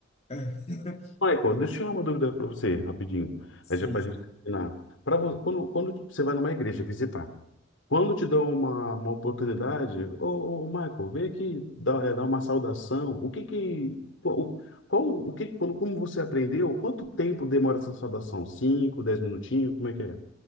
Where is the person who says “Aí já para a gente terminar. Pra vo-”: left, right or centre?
Left